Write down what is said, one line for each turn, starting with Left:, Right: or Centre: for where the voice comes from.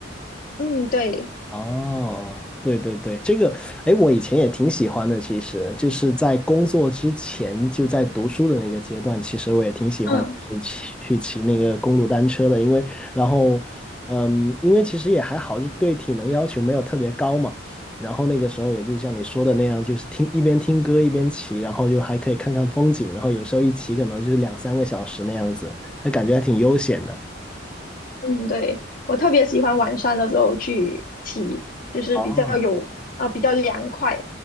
Left: 嗯，对，
Centre: 哦，对对对，这个，哎，我以前也挺喜欢的。其实就是在工作之前，就在读书的那个阶段，其实我也挺喜欢，
Left: 嗯
Centre: 就是骑去骑那个公路单车的。因为，然后，嗯，因为其实也还好，就对体能要求没有特别高嘛。然后那个时候，也就像你说的那样，就是听一边听歌一边骑，然后就还可以看看风景，然后有时候一骑可能就是两三个小时那样子，那感觉还挺悠闲的。
Left: 嗯对，我特别喜欢晚上的时候去骑，就是比较有啊比较凉快。
Centre: 哦